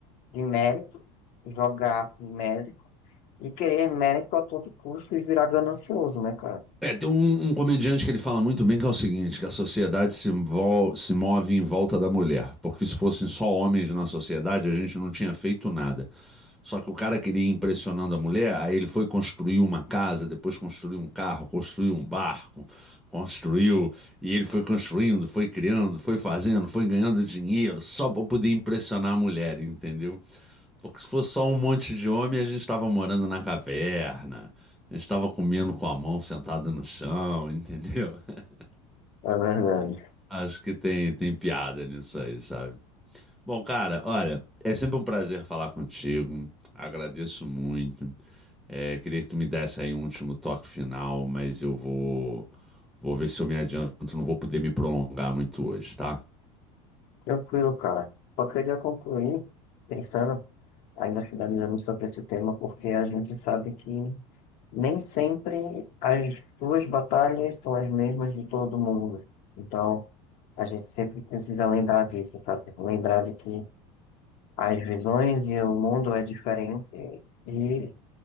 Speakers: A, on the left; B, in the centre.
A: de mérito, jogar assim, mérito e querer mérito a todo custo e virar ganancioso, né, cara?
B: É, tem um, um comediante que ele fala muito bem que é o seguinte, que a sociedade se, envol- se move em volta da mulher, porque se fossem só homens na sociedade, a gente não tinha feito nada. Só que o cara queria ir impressionando a mulher, aí ele foi construir uma casa, depois construiu um carro, construiu um barco, construiu, e ele foi construindo, foi criando, foi fazendo, foi ganhando dinheiro, só para poder impressionar a mulher, entendeu? Porque se fosse só um monte de homem, a gente estava morando na caverna, a gente estava comendo com a mão sentada no chão, entendeu? <laughs>
A: É verdade.
B: Acho que tem, tem piada nisso aí, sabe? Bom, cara, olha, é sempre um prazer falar contigo, agradeço muito. É, queria que tu me desse aí um último toque final, mas eu vou, vou ver se eu me adianto, não vou poder me prolongar muito hoje, tá?
A: Tranquilo, cara. Só queria concluir pensando, ainda finalizando sobre esse tema, porque a gente sabe que nem sempre as suas batalhas são as mesmas de todo mundo. Então, a gente sempre precisa lembrar disso, sabe? Lembrar de que as visões e o mundo é diferente e